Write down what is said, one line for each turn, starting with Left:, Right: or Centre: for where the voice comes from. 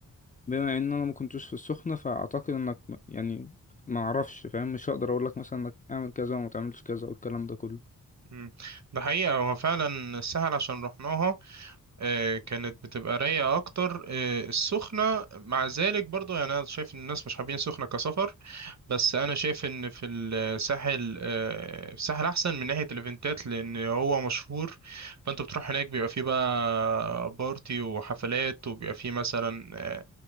Left: بما ان انا ما كنتش في السخنة فاعتقد انك م- يعني ما اعرفش فاهم مش هقدر اقول لك مثلا انك اعمل كذا وما تعملش كذا والكلام ده كله
Right: امم ده حقيقة هو فعلا السهل عشان رحناها آه، كانت بتبقى رايقة أكتر آه، السخنة مع ذلك برضو يعني أنا شايف إن الناس مش حابين السخنة كسفر بس أنا شايف إن في الساحل آه، الساحل أحسن من ناحية الإيفنتات لأن هو مشهور فأنت بتروح هناك بيبقى فيه بقى بارتي وحفلات وبيبقى فيه مثلا آه،